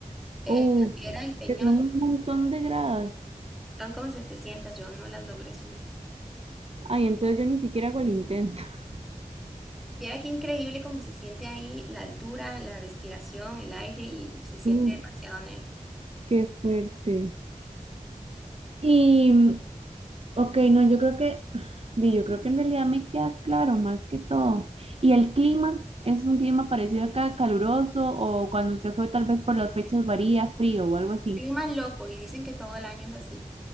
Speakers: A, in the centre; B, on the right.
A: eh,
B: Uh,
A: la piedra del Peñol.
B: que son un montón de gradas.
A: Son como 700, yo no las logré subir.
B: Ay, entonces yo ni siquiera hago el intento. <laughs>
A: Viera qué increíble cómo se siente ahí la altura, la respiración, el aire y se siente
B: Uh,
A: demasiado nervio.
B: qué fuerte. Y, mm, ok, no, yo creo que, di, yo creo que en realidad me queda claro más que todo. ¿Y el clima? ¿Es un clima parecido acá, caluroso? ¿O cuando usted fue tal vez por las fechas varía, frío o algo así?
A: Clima loco y dicen que todo el año es así.